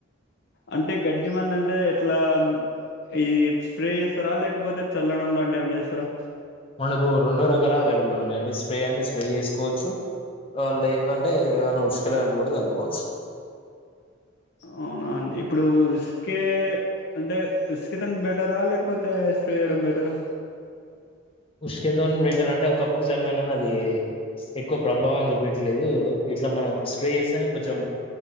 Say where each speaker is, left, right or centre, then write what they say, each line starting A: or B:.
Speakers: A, on the left; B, on the left.
A: అంటే గడ్డి మందు అంటే ఎట్లా ఇది స్ప్రే చేస్తారా. లేకపోతే చల్లడం లాంటి ఏమన్న చేస్తారా.
B: మనకు రెండు రకాల అవైలబుల్ ఉన్నాయండి. స్ప్రే అంటే స్ప్రే చేసుకోవచ్చు లేకుంటే ఏమనా ఉసుకలు కలిపి కూడా కలుపుకోవచ్చు
A: అవునా అండి ఇప్పుడు ఉసుకే అంటే ఉసుకతోన బెటరా లేకపోతే స్ప్రే చేయడం బెటరా.
B: ఉష్కతోని బేటర్ అంటే ఒకప్పుడు జల్నా నీ అది ఎక్కువ ప్రభావం చూపట్లేదు. ఇట్లా మనం స్ప్రే చేస్తేనే కొంచెం